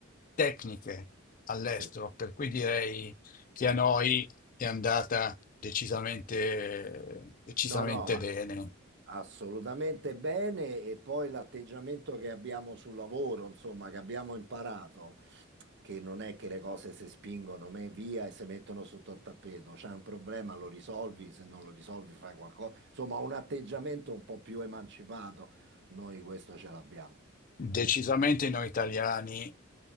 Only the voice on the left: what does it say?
tecniche all'estero,
per cui direi che a noi è andata decisamente, decisamente
bene.
Decisamente noi italiani